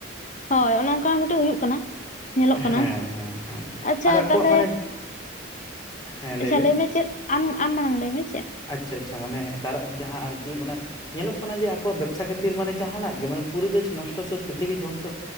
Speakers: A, on the left (about 40°); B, on the left (about 20°).
A: ᱦᱳᱭ ᱚᱱᱮ ᱚᱱᱠᱟᱱ ᱠᱟᱹᱴᱤᱪ ᱦᱩᱭᱩᱜ ᱠᱟᱱᱟ᱾ ᱧᱮᱞᱚᱜ ᱠᱟᱱᱟ
B: ᱦᱮᱸ ᱦᱮᱸ ᱦᱮᱸ
A: ᱟᱪᱪᱷᱟ
B: ᱟᱨ ᱟᱠᱚᱣᱟᱜ
A: ᱛᱟᱦᱚᱞᱮ,
B: ᱢᱟᱱᱮ ᱦᱮᱸ
A: ᱟᱪᱪᱷᱟ
B: ᱞᱟᱹᱭᱵᱤᱱ
A: ᱞᱟᱹᱭᱢᱮ ᱪᱮᱫ? ᱟᱢ, ᱟᱢ ᱢᱟᱲᱟᱝ ᱞᱮᱭᱢᱮ᱾
B: ᱟᱪᱪᱷᱟ ᱟᱪᱪᱷᱟ ᱢᱟᱱᱮ ᱦᱮᱛᱟᱨᱟᱜ ᱡᱟᱦᱟᱸ ᱟᱨᱠᱤ ᱢᱟᱱᱮ ᱧᱮᱞᱚᱜ ᱠᱟᱱᱟ ᱡᱮ ᱟᱠᱚᱣᱟᱜ ᱵᱮᱵᱽᱥᱟ ᱠᱷᱟᱹᱛᱤᱨ ᱢᱟᱱᱮ ᱡᱟᱦᱟᱱᱟᱜ ᱜᱮ ᱢᱟᱱᱮ ᱯᱚᱨᱤᱵᱮᱥ ᱱᱚᱥᱴᱚ ᱥᱮ ᱯᱨᱤᱛᱷᱤᱵᱤ ᱫᱷᱚᱝᱥᱚ